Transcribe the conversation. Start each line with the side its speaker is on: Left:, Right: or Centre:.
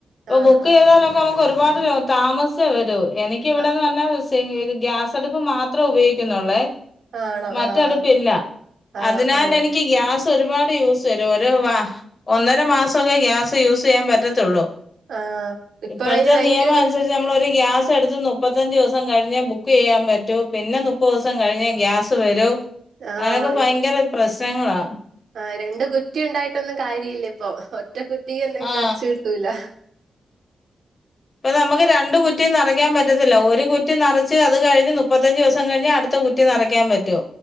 Left: പ്പൊ
Right: ആഹ്
Left: ബുക്ക് ചെയ്താലൊക്കെ നമുക്ക് ഒരുപാട് താമസിച്ചേ വരൂ എനിക്ക് ഇവിടെന്ന്
Right: ആഹ്
Left: പർഞ്ഞാ- ചെങ്കില് ഗ്യാസടുപ്പ് മാത്രേ ഉപയോഗിക്കുന്നുള്ളേ
Right: ആണോ
Left: മറ്റടുപ്പില്ല
Right: ആഹ് ആഹ്
Left: അതിനാലെനിക്ക്
Right: ഓ
Left: ക്ക്‌ ഗ്യാസൊരുപാട് യൂസ് വരും. ഒര് മാ ഒന്നര മാസ് സൊക്കെ ഗ്യാസ് യൂസെയ്യാൻ പറ്റത്തുള്ളൂ.
Right: ആഹ് ഇപ്പൊ
Left: ഇപ്പഴത്തെ
Right: അയിന് ഭയങ്കര
Left: നിയമമനുസ
Right: ബു
Left: നമ്മളൊരു ഗ്യാസെടുത്ത് നുപ്പത്തഞ്ച് ദിവസം കഴിഞ്ഞെ ബുക്കെയ്യാൻ പറ്റൂ പിന്നെ നുപ്പദിവസം കഴിഞ്ഞേ ഗ്യാ സ് വരൂ,
Right: ആഹ്
Left: അങ്ങനൊക്കെ ഭയങ്കര പ്രശ്നങ്ങളാ
Right: ആ രണ്ട് കുറ്റി ഉണ്ടായിട്ടൊന്നും കാര്യല്ല ഇപ്പൊ ഒറ്റ കുറ്റിക്ക് എന്തെങ്കിലും
Left: ആ
Right: നെർച്ച് കിട്ടൂല
Left: പ്പ നമ്മക്ക് രണ്ട് കുറ്റിയും നെറ ക്കാൻ പറ്റത്തില്ല ഒരു കുറ്റി നറച്ച് അത് കഴിഞ്ഞ് മുപ്പത്തഞ്ച് ദിവസം കഴിഞ്ഞേ അടുത്ത കുറ്റി നിറയ്ക്കാൻ പറ്റു